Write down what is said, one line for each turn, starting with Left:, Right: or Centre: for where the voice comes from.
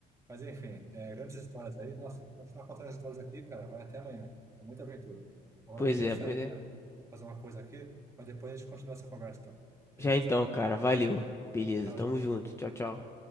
Right: Mas enfim, é, grandes histórias aí. Nossa, continuar contando as histórias aqui, cara, vai até amanhã. É muita aventura. Agora
Left: Pois
Right: eu vou ter
Left: é,
Right: que sair,
Left: pois é.
Right: cara. Fazer uma coisa aqui, mas depois a gente continua essa conversa, então. Beleza?
Left: Já então, cara, valeu. Beleza,
Right: Tchau,
Left: tamo
Right: tchau.
Left: junto. Tchau, tchau.